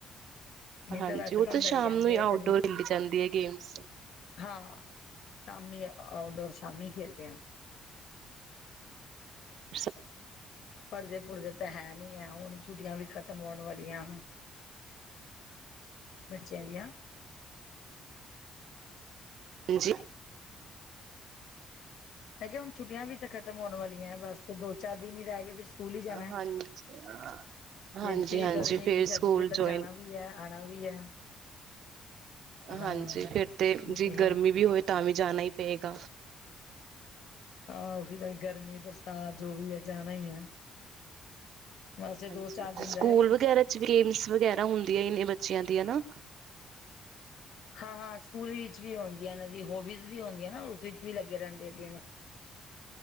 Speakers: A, on the left; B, on the right.
A: ਨਹੀਂ
B: ਹਾਂਜੀ
A: ਤਾਂ ਵੈਸੇ
B: ਉਹ
A: ਤਾਂ ਅੰਦਰ
B: ਸ਼ਾਮ
A: ਹੀ ਰਹਿੰਦੇ
B: ਨੂੰ
A: ਆ।
B: ਆਊਟਡੋਰ ਖੇਲੀ ਜਾਂਦੀ ਹੈ ਗੇਮਸ
A: ਹਾਂ। ਸ਼ਾਮੀ ਆਊਟਡੋਰ ਸ਼ਾਮੀ ਫਿਰਦੇ ਆ।
B: <inaudible>
A: ਪੜ੍ਹਦੇ ਪੁਰਦੇ ਤਾਂ ਹੈ ਨਹੀਂ ਹੈ ਹੁਣ ਛੁੱਟੀਆਂ ਵੀ ਖ਼ਤਮ ਹੋਣ ਵਾਲੀਆਂ। ਬੱਚਿਆ ਦੀਆ।
B: ਹਾਂਜੀ।
A: ਮੈਂ ਕਿਹਾ ਹੁਣ ਛੁੱਟੀਆਂ ਵੀ ਤਾਂ ਖਤਮ ਹੋਣ ਵਾਲੀਆਂ ਹੈ ਬਸ ਦੋ ਚਾਰ ਦਿਨ ਹੀ ਰਹਿ ਗਏ। ਫਿਰ ਸਕੂਲ ਹੀ ਜਾਣਾ
B: ਹਾਂਜੀ।
A: ਫਿਰ
B: ਹਾਂਜੀ
A: ਕੀ
B: ਹਾਂਜੀ
A: ਗਰਮੀ
B: ਫੇਰ
A: ਕੀ ਸਰਦੀ
B: ਸਕੂਲ
A: ਫਿਰ ਤਾਂ
B: ਜੋਇਨ।
A: ਜਾਣਾ ਵੀ ਹੈ ਆਉਣਾ ਵੀ ਹੈ ਹਾਂ
B: ਹਾਂਜੀ ਫਿਰ ਤੇ
A: ਉਹ
B: ਜੇ
A: ਹੈ
B: ਗਰਮੀ ਵੀ ਹੋਵੇ ਤਾਂ ਵੀ ਜਾਣਾ ਹੀ ਪਏਗਾ।
A: ਹਾਂ ਉਸ ਤਾਂ ਗਰਮੀ ਬਰਸਾਤ ਜੋ ਵੀ ਹੈ ਜਾਣਾ ਹੀ ਹੈ। ਬਸ ਇਹ ਦੋ
B: ਹਾਂਜੀ
A: ਚਾਰ ਦਿਨ
B: ਸਕੂਲ
A: ਰਹਿ ਗਏ
B: ਵਗੈਰਾ ਚ ਗੇਮਸ ਵਗੈਰਾ ਹੁੰਦੀਆਂ ਇਨੇ ਬੱਚਿਆਂ ਦੀ ਹਨ ਨਾ।
A: ਹਾਂ ਹਾਂ ਸਕੂਲ ਵਿੱਚ ਵੀ ਆਉਂਦੀ ਹੈ ਇਹਨਾਂ ਦੀ ਹੋਬੀਜ਼ ਵੀ ਆਉਂਦੀ ਹੈ ਨਾ ਉਸ ਵਿੱਚ ਵੀ ਲੱਗੇ ਰਹਿੰਦੇਗੇ।